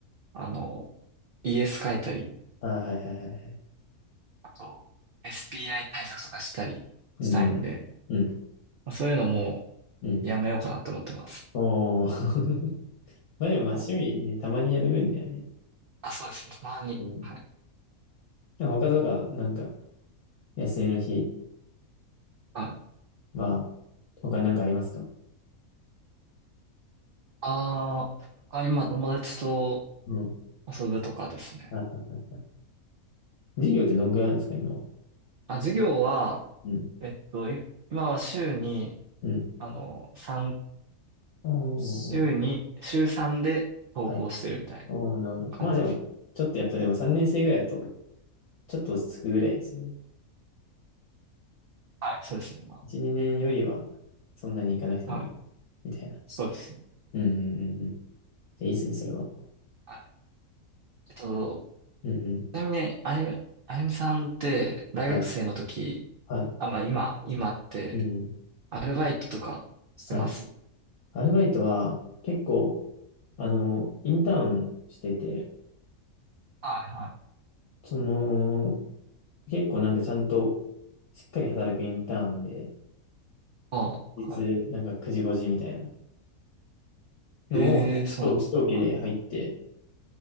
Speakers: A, on the right; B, on the left.
A: あの、ES 書いたり、
B: あーはいはいはいはい。
A: あと、SPI 対策とかしたりしたいんで、
B: うんうん。うん。
A: まあ、そういうのも
B: うん。
A: うやめようかなと思ってます。
B: おー。<laughs> まあでもまあ趣味ね、
A: はい。
B: たまにやる分にはね。
A: あ、そうですね。たまに。
B: うん。
A: はい。
B: でも他とか、なんか、休みの日、
A: はい。
B: まあ、他に何かありますか
A: あー、他にまあ友達と
B: うん。
A: 遊ぶとかですね。
B: はいはいはい。授業ってどんくらいあるんですか、今は。
A: あ、授業は、
B: うん。
A: えっと、い今は週に、
B: うん。
A: あの、三
B: おー、
A: 週に、週3で投稿してるみたいな
B: はい。おー、なるほど。
A: 感じです。
B: まあでも、ちょっとやっぱでも3年生ぐらいだと、ちょっと落ち着くぐらいですよね。
A: はい、そうですね。ま
B: 1、2年よりは、そんなにいかなくても、
A: あ、はい、
B: みたいな。
A: そうですね。
B: うんうんうんうん。で、いいっすね、それは。
A: はい。えっと、
B: うんうん。
A: ちなみに、あゆむ、あゆむさんって、大学生の時、
B: はい。はい。
A: あ、まあ今、今って、
B: うんうん。
A: アルバイトとかしてます
B: はい。アルバイトは、結構、あの、インターンしてて、
A: はい、はい。
B: その、結構なんかちゃんと、しっかり働くインターンで、
A: ああ、
B: 日、
A: はい。
B: なんか9時5時みたいなのを、
A: ええそうなんですね。
B: 長長期で入って、
A: はい、